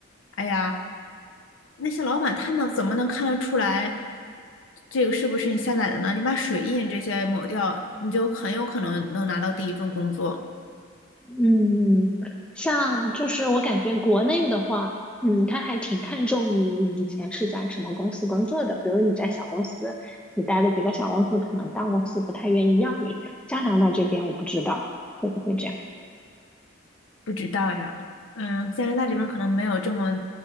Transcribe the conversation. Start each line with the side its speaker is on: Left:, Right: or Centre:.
Left: 哎呀，那些老板他能怎么能看得出来这个是不是你下载的呢？你把水印这些抹掉，你就很有可能能拿到第一份工作。
Centre: 嗯，像就是我感觉国内的话，嗯，他还挺看重你以前是在什么公司工作的。比如你在小公司，你待了几个小公司，可能大公司不太愿意要你。加拿大这边我不知道会不会这样，
Left: 不知道呀，嗯，加拿大这边可能没有这么